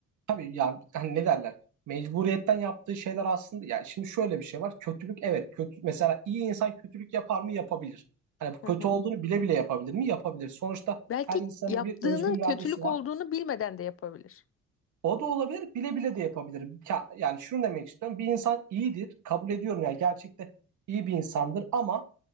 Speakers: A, on the right; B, on the left.
A: Tabii ya hani ne derler? Mecburiyetten yaptığı şeyler aslında ya şimdi şöyle bir şey var. Kötülük evet kötü mesela iyi insan kötülük yapar mı? Yapabilir. Hani bu kötü
B: Hı hı.
A: olduğunu bile bile yapabilir mi? Yapabilir. Sonuçta
B: Belki
A: her insanın
B: yaptığının
A: bir özgür iradesi
B: kötülük
A: var.
B: olduğunu bilmeden de yapabilir.
A: O da olabilir, bile bile de yapabilir. Ya- Yani şunu demek istiyorum. Bir insan iyidir, kabul ediyorum yani gerçekte iyi bir insandır ama